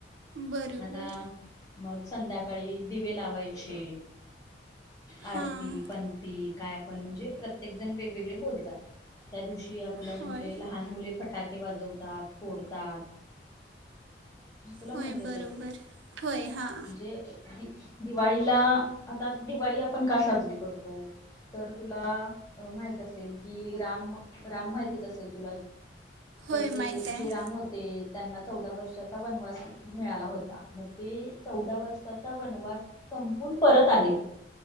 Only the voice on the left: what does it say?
आता मग संध्याकाळी दिवे लावायचे आरती
पंथी काय पण म्हणजे प्रत्येक जण वेगवेगळे बोलतात. त्या दिवशी आपलं
म्हणजे लहान मुले फटाके वाजवतात फोडतात. तुला माहितच
असेल
म्हणजे दि दिवाळीला आता दिवाळी आपण का साजरी करतो तर तुला माहित असेल की कि राम राम माहितच असेल तुला
तर ते
जे राम होते त्यांना चौदा वर्षाचा वनवास मिळाला होता मग ते चौदा वर्षाचा वनवास संपून परत आले